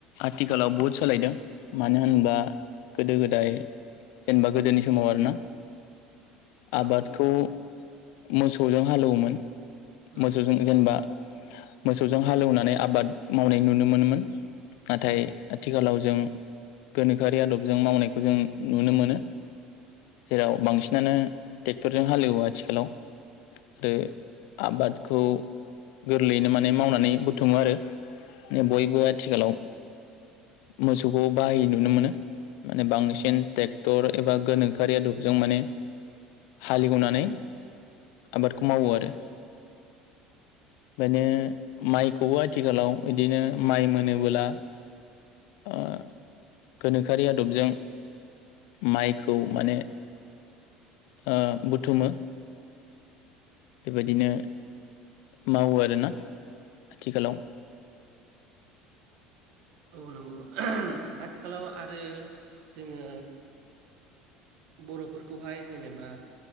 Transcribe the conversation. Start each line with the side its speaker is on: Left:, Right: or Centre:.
Left: आथिखालाव बुहुद सोलायदों मानो होनबा गोदो गोदाय जेनेबा गोदोनि समाव आरोना आबादखौ
Right: औ
Left: मोसौजों हालौवोमोन
Right: उम
Left: मोसौजों जेनेबा मोसौजों हालेवनानै आबाद मावनाय नुनो मोनोमोन नाथाय आथिखालाव जों गोनोखोआरि आदबजों मावनायखौ जों नुनो मोनो जेराव बांसिनानो ट्रेक्टरजों हालएवो आथिखालाव आरो आबादखौ गोरलैयैनो माने मावनानै बुथुुमो आरो माने बयबो आथिखालाव मोसौखौ बाहायै नुनो मोनो माने बांसिन ट्रेक्टर एबा गोनोखोआरि आदबजों माने हालेवनानै आबादखौ मावो आरो बेनो माइखौ खौबो आथिखालाव बिदिनो माइ मोनोबोला ओ गोनोखोआरि आदबजों माइखौ माने ओ बुथुमो। बेबादिनो मावो आरोना आथिखालाव
Right: <unintelligible> आथिखालाव आरो जोङो बर'फोरखौहाय जेनेबा